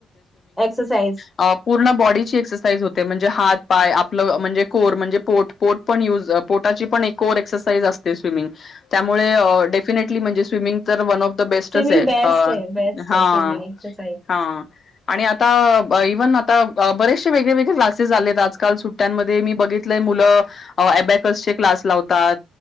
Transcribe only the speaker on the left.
अ, पूर्ण बॉडीची एक्सरसाइज होते म्हणजे हात पाय म्हणजे कोर म्हणजे पोट पोट पण युज पोटाची पण एक कोर एक्सरसाइज असते स्विमिंग त्यामुळे डेफिनेट ती म्हणली स्विमिंग वन ऑफ. बेस्टच
आहे.
आ.
हा.
हा. आणि आता. आ इव्हन आता बरेचसे वेगळे-वगळे क्लासेस आले आहेत. आजकाल सुट्ट्यांमध्ये मी बघितलेय मुलं अबॅकस चे क्लास लावतात.